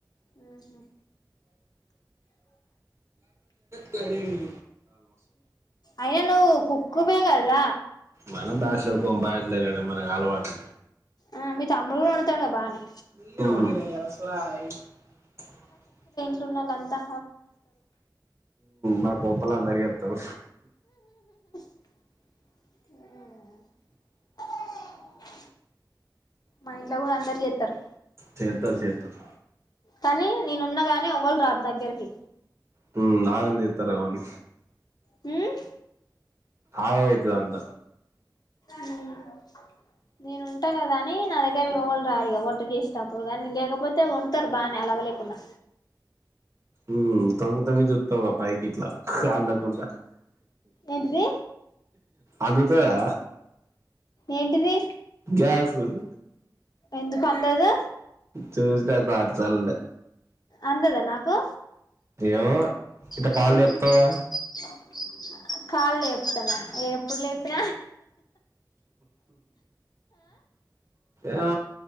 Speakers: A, on the left; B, on the right.
A: ఉమ్ హ్మ్మ్
B: తరేము
A: అయ్య నువ్వు కుక్కువేగద
B: మనం బ్యాచలర్ కో బ్యాచలర్ అనా మనకు అలవాటు
A: ఆ మీ తమ్ములు కూడా వొందుతాడుగా బానే
B: ఆ
A: జున్నల్లంతా
B: మాకు గొప్పలందరికీ చెప్తాం
A: అ మా ఇంట్లో కూడా అందరు చెస్తారు
B: చెత్తారు చెత్తారు
A: కానీ నేనున్నగాని ఎవ్వళ్ళు రారు దగ్గరికి
B: హుమ్ నగధితరేమో అన్
A: హ్మ్మ్
B: ఆగమైతాద్ అంత
A: ఉమ్ నేను ఉంటా కదా అని నా దగ్గర ఎవ్వాళ్ళు రారు ఇగ వంట చేసేటప్పుడు కానీ లేకపోతే వంటారు బాగానే అలావ లేకుండా
B: ఉమ్ తొగ్గి తొగ్గి జుత్తవ్గా పైకి ఇట్ల రాగ్ గుడ్డ
A: ఏంటిది
B: అందుతాదా
A: ఏంటిది
B: గ్యాస్ గుర్
A: ఎందుకు అందదు
B: చూసినా చల్సార్ల్నే
A: అందదా నాకు
B: ఏమో
A: ఉహా
B: ఇట్ట కాళ్ళు లేపుతావుగా
A: కాళ్ళు లేపుతాన్నా ఎప్పుడు లేపిన
B: అ